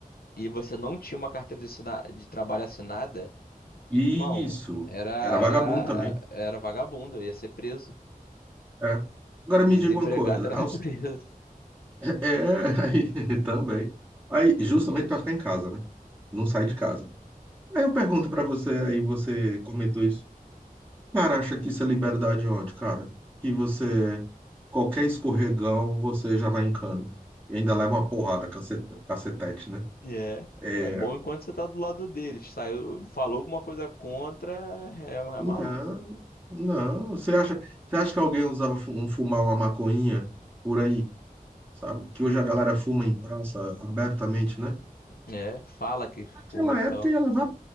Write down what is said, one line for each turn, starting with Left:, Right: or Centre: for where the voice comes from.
Left: e você não tinha uma carteira de, assina- de trabalho assinada,
Right: Isso.
Left: irmão, era,
Right: Era vagabundo
Left: era,
Right: também.
Left: era vagabundo, ia ser preso.
Right: É. É. Agora me
Left: Desempregado
Right: diga uma coisa.
Left: era
Right: aos-
Left: <laughs> preso.
Right: <laughs> É, aí, <laughs> também. Aí,
Left: Doideira.
Right: justamente pra ficar em casa, né? Não sai de casa. Aí eu pergunto pra você, aí você comentou isso. Cara, acha que isso é liberdade onde, cara? Que você, qualquer escorregão, você já vai em cana. E ainda leva uma porrada, cacete- cacetete, né?
Left: É,
Right: É,
Left: é bom enquanto você tá do lado deles. Saiu, falou alguma coisa contra, é, é
Right: não,
Left: maluco.
Right: não. Você acha, você acha que alguém usava fu- um, fumar uma maconhinha por aí, sabe? Que hoje a galera fuma em praça abertamente, né?
Left: É, fala que fuma
Right: Naquela
Left: e tal.
Right: época ia levar